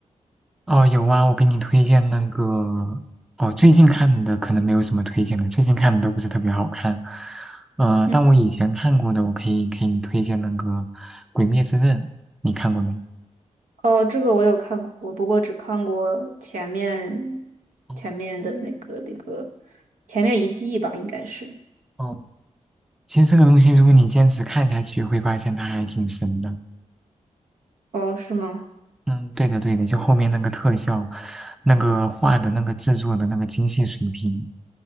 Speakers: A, in the centre; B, on the right.
A: 哦，有啊，我给你推荐那个，哦，最近看的可能没有什么推荐的，最近看的都不是特别好看。呃，
B: 嗯。
A: 但我以前看过的，我可以给你推荐那个《鬼灭之刃》，你看过没？
B: 哦，这个我有看过，不过只看过前面
A: 哦
B: 前面的那个那个前面一季吧，应该是。
A: 哦，其实这个东西，如果你坚持看下去，会发现它还挺神的。
B: 哦，是吗？
A: 嗯，对的对的，就后面那个特效，那个画的那个制作的那个精细水平，